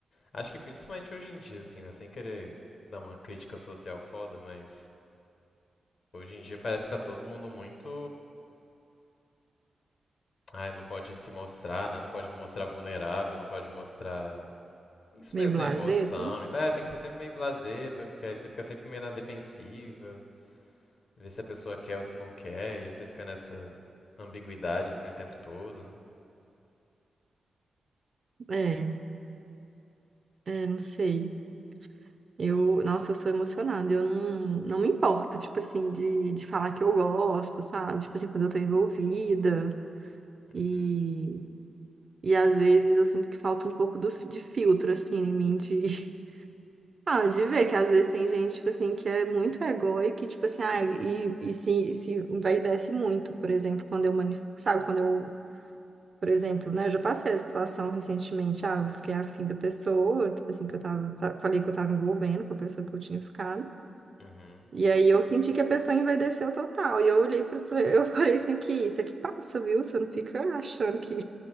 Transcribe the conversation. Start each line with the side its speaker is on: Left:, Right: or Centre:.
Left: acho que principalmente hoje em dia, assim, né, sem querer dar uma crítica social foda, mas hoje em dia parece que tá todo mundo muito, ai, não pode se mostrar, né, não pode mostrar vulnerável, não pode mostrar isso
Right: Meio
Left: mesmo,
Right: blasé,
Left: né, emoção,
Right: assim.
Left: então é, tem que ser sempre meio blasé, porque aí você fica sempre meio na defensiva. Ver se a pessoa quer ou se não quer, e aí você fica nessa ambiguidade assim o tempo todo, né?
Right: É, é, não sei. Eu, nossa, eu sou emocionada, eu não, não me importo, tipo assim, de, de falar que eu gosto, sabe? Tipo assim, quando eu tô envolvida.
Left: Uhum,
Right: E, e às vezes eu sinto que falta um pouco do, fi- de filtro, assim, em mim, de Ah, de ver que às vezes tem gente, tipo assim, que é muito egóica e, tipo assim, ah, e, e se, se envaidece muito, por exemplo, quando eu manif... sabe, quando eu, por exemplo, né, eu já passei a situação recentemente, ah, eu fiquei afim da pessoa, tipo assim, que eu tava, fa- falei que eu tava envolvendo com a pessoa que eu tinha ficado,
Left: uhum,
Right: e aí eu senti que a pessoa envaideceu total, e eu olhei pra, falei- eu <laughs> falei assim, aqui, isso aqui passa, viu, você não fica achando que...